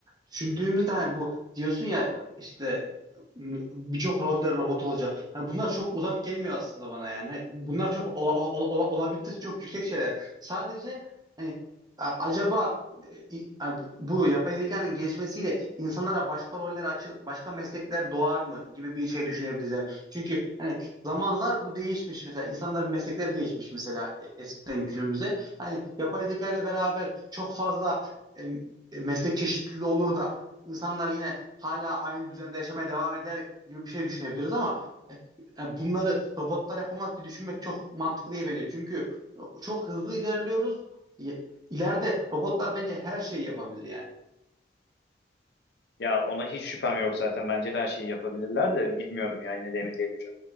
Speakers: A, on the right (about 20°); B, on the left (about 60°).
A: düşündüğümüzde hani bu diyorsun ya işte m- birçok rolde robot olacak. Hani bunlar çok uzak gelmiyor aslında bana yani. Hani Bunlar çok ola, ola- ola- olabilitesi çok yüksek şeyler. Sadece hani a- acaba e, i- hani bu yapay zekanın gelişmesiyle insanlara başka roller açıl başka meslekler doğar mı gibi bir şey düşünebiliriz. Yani çünkü hani zamanla bu değişmiş mesela insanların meslekleri değişmiş mesela e, eskiden günümüze hani yapay zeka ile beraber çok fazla e, e, meslek çeşitliliği olur da insanlar yine hala aynı düzende yaşamaya devam eder gibi bir şey düşünebiliriz ama e, yani bunları robotlar yapamaz diye düşünmek çok mantıklı değil bence. Çünkü e, çok hızlı ilerliyoruz. İleride robotlar bence her şeyi yapabilir yani.
B: Ya ona hiç şüphem yok zaten. Bence de her şeyi yapabilirler de bilmiyorum ya yine de emin değilim.